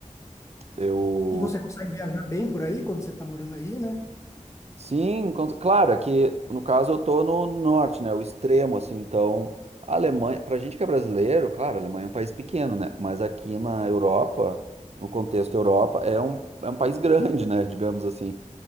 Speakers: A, on the right; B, on the left.
A: eu...
B: E você consegue viajar bem por aí quando você está morando aí, né?
A: Sim, com- claro, é que no caso eu tô no norte, né? O extremo, assim, então a Alemanha, pra gente que é brasileiro, claro, a Alemanha é um país pequeno, né? Mas aqui na Europa, no contexto Europa, é um, é um país grande, né? Digamos assim.